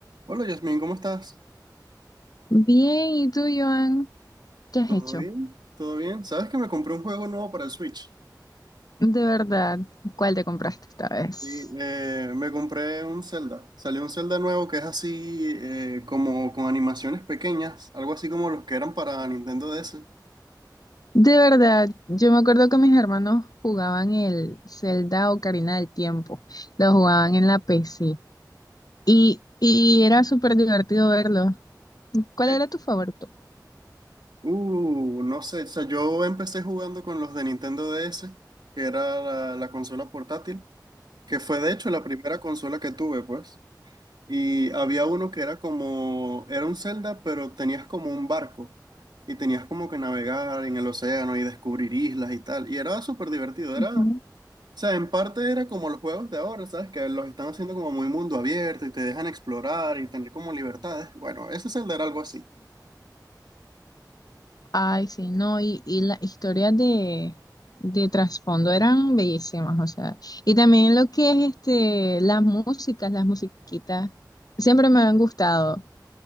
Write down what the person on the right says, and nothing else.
Hola Yasmin, ¿cómo estás?
¿Todo
bien? ¿Todo bien? ¿Sabes que me compré un juego nuevo para el Switch?
Sí, eh, me compré un Zelda. Salió un Zelda nuevo que es así eh, como con animaciones pequeñas, algo así como los que eran para Nintendo DS.
Eh,
uh, no sé, o sea, yo empecé jugando con los de Nintendo DS, que era la, la consola portátil, que fue de hecho la primera consola que tuve, pues. Y había uno que era como, era un Zelda, pero tenías como un barco y tenías como que navegar en el océano y descubrir islas y tal. Y era súper divertido, era,
o sea, en parte era como los juegos de ahora, ¿sabes? Que los están haciendo como muy mundo abierto y te dejan explorar y tener como libertades. Bueno, ese Zelda era algo así.